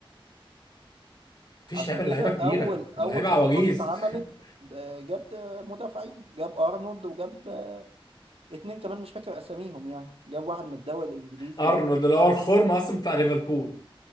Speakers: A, on the left; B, on the right.
A: مفيش
B: عشان
A: لعيبه
B: كده
A: اللعيبه كبيره
B: اول اول
A: اللعيبه
B: صفقات
A: عواجيز
B: اتعملت
A: <laughs>
B: آه، جاب مدافعين جاب ارنولد وجاب آه، اتنين كمان مش فاكر اساميهم يعني جاب واحد من الدوري الانجليزي
A: ارنولد
B: و...
A: اللي هو الخرم اصلا بتاع ليفربول <laughs>